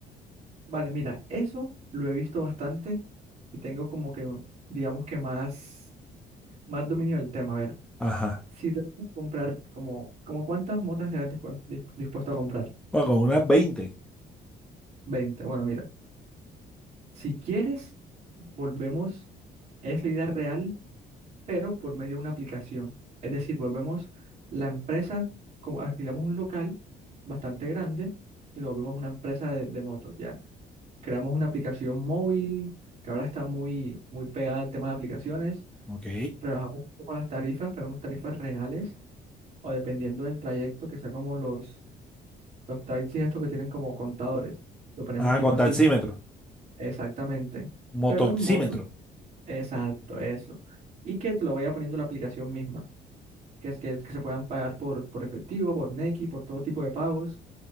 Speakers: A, on the right; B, in the centre.
A: Vale, mira, eso lo he visto bastante y tengo como que, digamos que más, más dominio del tema. A ver,
B: Ajá.
A: si te puedes comprar, como, como cuántas motas serás dispu- dis- dispuesto a comprar?
B: Bueno, con unas veinte,
A: 20. Bueno, mira, si quieres, volvemos, es la idea real pero por medio de una aplicación. Es decir, volvemos la empresa, como alquilamos un local bastante grande y lo volvemos una empresa de, de motos, ya. Creamos una aplicación móvil que ahora está muy, muy pegada al tema de aplicaciones.
B: Ok.
A: Rebajamos un poco las tarifas, ponemos tarifas reales o dependiendo del trayecto, que sea como los, los taxis estos que tienen como contadores. Lo ponemos
B: Ah,
A: tipo
B: con
A: así,
B: taxímetro.
A: exactamente.
B: Motoxímetro.
A: Pero en moto, exacto, eso. Y que te lo vaya poniendo la aplicación misma. que, es- que, que se puedan pagar por, por efectivo, por Nequi, por todo tipo de pagos.